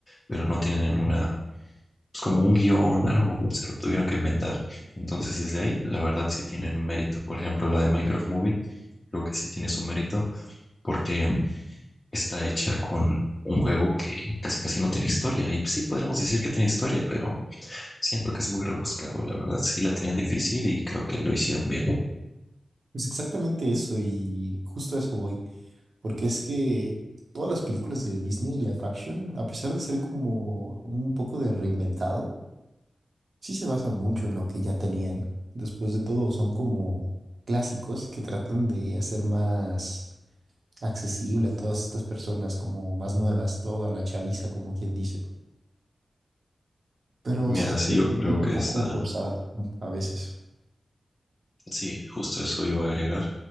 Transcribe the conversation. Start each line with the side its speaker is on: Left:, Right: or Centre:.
Left: pero no tienen una, pues como un guión, algo, se lo tuvieron que inventar. Entonces, desde ahí, la verdad sí tienen mérito. Por ejemplo, la de Minecraft Movie, creo que sí tiene su mérito porque está hecha con un juego que casi casi no tiene historia. Y pues, sí, podríamos decir que tiene historia, pero siento que es muy rebuscado, la verdad. Sí la tenían difícil y creo que lo hicieron bien.
Right: Pues exactamente eso y justo a eso voy. Porque es que todas las películas de Disney, live action, a pesar de ser como un poco de reinventado, sí se basan mucho en lo que ya tenían. Después de todo, son como clásicos que tratan de hacer más accesible a todas estas personas, como más nuevas, toda la chaviza, como quien dice. Pero
Left: Mira,
Right: sí se
Left: sí,
Right: llega
Left: yo
Right: sentir
Left: creo
Right: un
Left: que
Right: poco
Left: está...
Right: forzada mm, a veces.
Left: Sí, justo eso iba a agregar